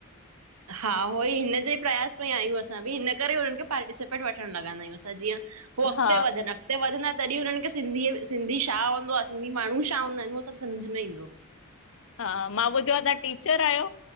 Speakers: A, on the right; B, on the left.
A: हा उहो ई हिनजे ई प्रयास में आयूं असां ॿि हिन करे हुनन खे पार्टिसिपेट वठण लॻंदा आयूं असां जीअं हो अगते
B: हा
A: वधन। उते वधंदा तॾी उनन खे सिंधी सिंधी छा हूंदो आ सिंधी माणू छा हूंदा आयन उह सॿ समझ में ईंदो।
B: हा मां ॿुधयो आ तां टीचर आयो।